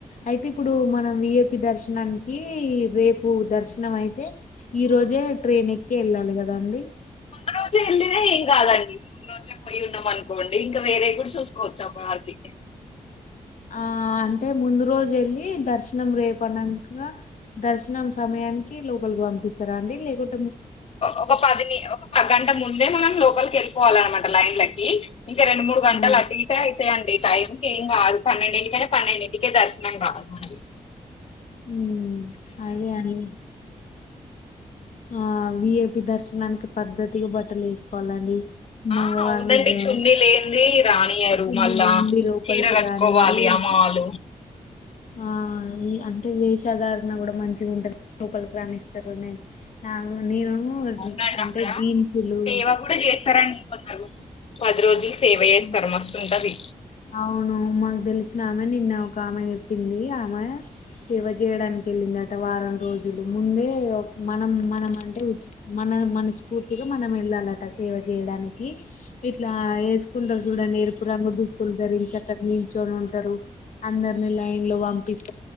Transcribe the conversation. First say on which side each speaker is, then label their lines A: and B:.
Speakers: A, on the left; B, on the left.
A: అయితే ఇప్పుడు మనం విఎపి దర్శనానికి రేపు దర్శనం అయితే ఈ రోజే ట్రైన్ ఎక్కి వెళ్ళాలి కదాండి.
B: ఆ రోజు వెళ్ళిన ఏం కాదండి ముందు రోజే పోయి ఉన్నాం అనుకోండి ఇంకా వేరే గూడా. చూసుకోవచ్చు అప్పటివారికి.
A: ఆ అంటే ముందు రోజు వెళ్ళి దర్శనం రేపునంకా దర్శనం సమయానికి లోపలికి పంపిస్తారా అండి లేకుం.
B: ఒక పదిని ఒక గంట ముం ముందే మనం లోపలికి వెళ్ళిపోవాలిన్నమాట లైన్ లకి ఇంక రెండు మూడు గంటలు
A: ఆ
B: అటు ఇటు అయితెయండి టైమ్. ఏం కాదు పన్నెండింటికంటే పన్నెండింటికే దర్శనం కాదు మనది.
A: హ్మ్ అదే అని ఆ వి ఏ పి దర్శనానికి పద్ధతిగా బట్టలు వేసుకోవాలండి.
B: ఆ
A: మగవాళ్ళు
B: అవునండి
A: గా
B: చున్నీ లేనిది రానియరు
A: చున్నీ
B: మళ్ళా
A: లేనిది లోపలికి
B: చీర కట్టుకోవాలి
A: రానియరు
B: అమ్మ వాళ్ళు.
A: ఆ అంటే వేషధారణ కూడా మంచిగా ఉంటేనే లోపలి రాణిస్తారు నేను నా నేను.
B: అవునండి
A: అంటే
B: అక్కడ
A: జీన్సులు
B: సేవ కుడా చేస్తారం కొందరు పది రోజులు సేవ చేస్తారు
A: ఆ
B: మస్తుంటది
A: అవును మాకు తెలిసిన ఆమెనే నిన్న ఒక ఆమె చెప్పింది ఆమె సేవ చేయడానికి వెళ్ళిందిట వారం రోజులు ముందే మనం మనం అంటే మన మనస్ఫూర్తిగా మనం వెళ్ళాలట సేవ చేయడానికి ఇట్లా వేసు కొందరు చూడండి ఎరుపు రంగు దుస్తులు ధరించి అక్కడ నిల్చొని ఉంటారు అందరిని లైన్ లో పంపిస్తా